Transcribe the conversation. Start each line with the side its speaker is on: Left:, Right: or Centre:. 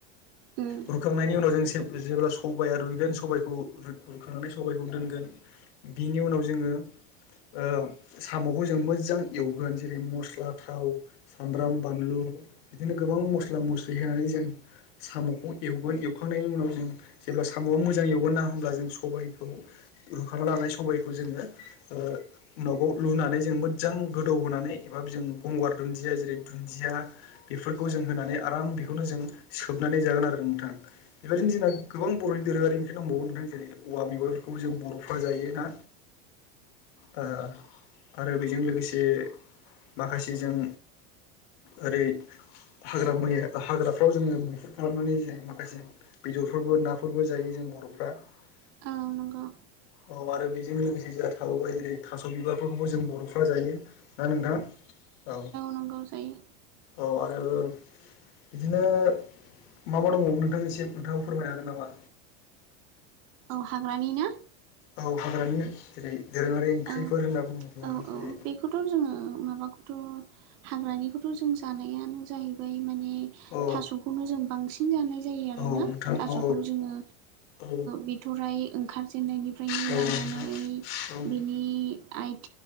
Right: ओम
Left: रुखांनायनि
Right: ओम
Left: उनाव जों जेब्ला सबाइआ रुइगोन सबायखौ रुखांनानै सबाइखौ दोनगोन बिनि उनाव जोंङो साम'खौ जों मोजां एवगोन जेरै मस्ला थाव सामब्राम बानलु बिदिनो गोबां मस्ला मस्लि होनानै जों साम'खौ एवगोन एवखांनायनि उनाव जों जेब्ला साम'आ मोजां एवगोन ना होमब्ला जों सबायखौ रुखांना लानाय सबायखौ जोङो <unintelligible> रुनानै जों मोजां गोदौ होनानै एबा जों गंगार दुन्दिया जेरै दुन्दिया बेफोरखौ जों होनानै आराम बेखौनो जों सोबनानै जागोन आरो नोंथां बेबायदिनो जोंना गोबां बर'नि दोरोङारि ओंख्रिफोर दंबावो जेरै औवा मेवाआइफोरखौ जों बर'फ्रा जायो ना दा आरो बेजों लोगोसे माखासेजों ओरै
Right: <inaudible>
Left: हाग्रा मैया हाग्राफ्राव जोंङो मैहुर खालामनानै जायो माखासे बेदरफोरबो नाफोरबो जायो जों बर' <unintelligible>
Right: औ नंगौ
Left: औ आरो बेजों लोगोसे जोंहा थाबावबाय जेरै थास' बिबारफोरखौबो जों बर'फ्रा जायो ना नोंथां? औ
Right: नांगौ जायो।
Left: औ आरो बिदिनो मा मा दंबावो नोंथां एसे नोंथाङा फोरमायनो हागोन नामा
Right: औ हाग्रानि ना
Left: औ हाग्रानि जेरै दोरोङारि ओंख्रिफोर
Right: औ
Left: होनना बुङोब्ला
Right: औ
Left: जेरै
Right: औ बेखौथ' जोंङो माबाखौथ‌ हाग्रानिखौथ' जों जानायानो जाहैबाय माने मे
Left: औ
Right: थास'खौनो जों बांसिन जानाय जायो आरोना
Left: औ नोंथां
Right: थास'खौ
Left: औ
Right: जोंङो
Left: औ
Right: बिथरराय ओंखारजेनन्नायनिफ्रायनो
Left: औ
Right: लानानै
Left: नोंथां औ
Right: बिनि आइ